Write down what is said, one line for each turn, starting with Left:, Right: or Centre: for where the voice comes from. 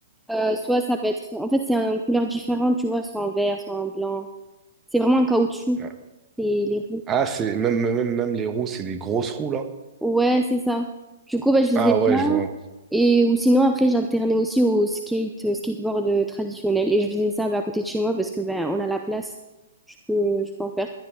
Centre: Euh, soit ça peut être, en fait, c'est une couleur différente, tu vois, soit en vert, soit en blanc. C'est vraiment un caoutchouc,
Right: Ouais.
Centre: les, les roues.
Right: Ah, c'est même, même, même les roues, c'est des grosses roues là.
Centre: Ouais, c'est ça. Du coup, ben, je faisais
Right: Ah ouais,
Centre: ça.
Right: je vois.
Centre: Et, ou sinon, après, j'alternais aussi au skate, euh, skateboard euh, traditionnel. Et je faisais ça, ben, à côté de chez moi parce que, ben, on a la place. Je peux, je peux en faire.